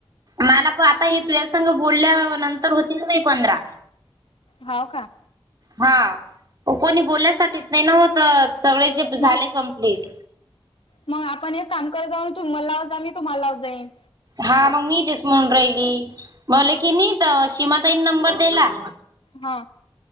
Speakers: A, on the right; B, on the left.
A: मला प आता हे तु संघ बोलल्या नंतर होतील नाही पंधरा
B: होव का?
A: हा कोणी बोलण्यासाठीच नाही ना होत सगळे जे झाले
B: मग
A: कम्प्लीट
B: मग आपण एक काम करत जाऊून तुमला लाव जा मी तुम्हाला लाव जाईन.
A: हा मग नी तेस म्हून राहिली मले की नी सीमा ताईन नंबर दिला.
B: हा